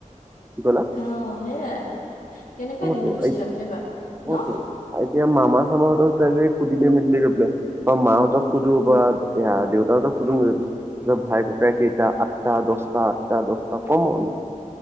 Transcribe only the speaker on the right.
কি ক'লা?
অ
তো
অতো
এতিয়া, মামা-চামা হঁতৰ চেলেৰী সুধিলে-মেলিলে গৈ পেলাই, বা মাহঁতক সুধো
বা এইয়া, দেউহঁতক সুধো, ভাই-ককাই কেইটা? আঠটা-দহটা, আঠটা-দহ কমন!